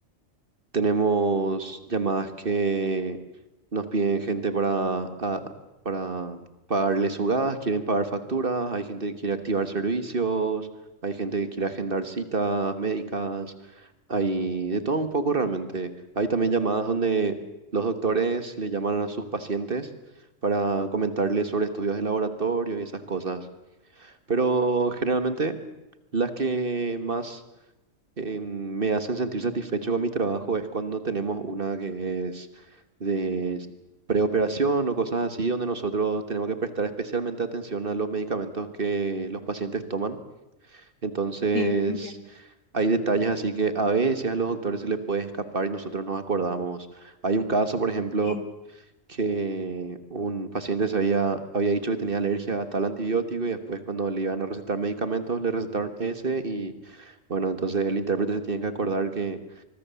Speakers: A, on the right; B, on the left.
A: tenemos llamadas que nos piden gente para, a- para pagarle su gas, quieren pagar facturas, hay gente que quiere activar servicios, hay gente que quiere agendar citas médicas, hay de todo un poco realmente. Hay también llamadas donde los doctores le llaman a sus pacientes para comentarles sobre estudios de laboratorio y esas cosas. Pero generalmente... Las que más eh, me hacen sentir satisfecho con mi trabajo es cuando tenemos una que es de preoperación o cosas así, donde nosotros tenemos que prestar especialmente atención a los medicamentos que los pacientes toman. Entonces,
B: sí, entiendo.
A: hay detalles así que a veces a los doctores se les puede escapar y nosotros nos acordamos. Hay un caso, por ejemplo,
B: Sí,
A: que un paciente se había, había dicho que tenía alergia a tal antibiótico y después cuando le iban a recetar medicamentos le recetaron ese y bueno, entonces el intérprete se tiene que acordar que